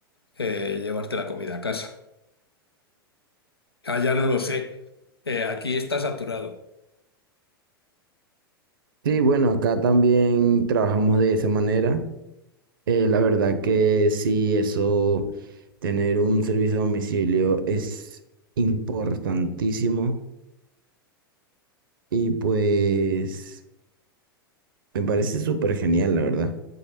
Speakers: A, on the left (about 85°); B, on the right (about 60°).
A: eh, llevarte la comida a casa. Allá no lo sé. Eh, aquí está saturado.
B: Sí, bueno, acá también trabajamos de esa manera. Eh, la verdad que sí, eso, tener un servicio a domicilio es importantísimo y pues me parece súper genial, la verdad.